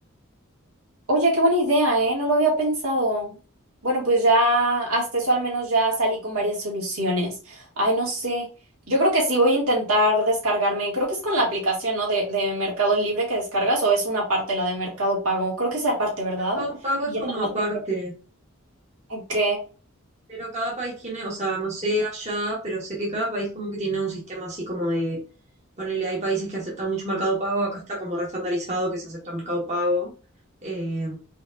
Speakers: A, on the right; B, on the right.
A: Oye, qué buena idea, ¿eh? No lo había pensado. Bueno, pues ya hasta eso al menos ya salí con varias soluciones. Ay, no sé. Yo creo que sí voy a intentar descargarme. Creo que es con la aplicación, ¿no? De, de Mercado Libre que descargas o es una parte la de Mercado Pago. Creo que es la parte, ¿verdad?
B: Mercado Pago
A: Y
B: es como
A: ya nada
B: aparte.
A: más te creo. Ok.
B: Pero cada país tiene, o sea, no sé allá, pero sé que cada país como que tiene un sistema así como de, ponele, hay países que aceptan mucho mercado pago, acá está como restandarizado que se acepta mercado pago. eh,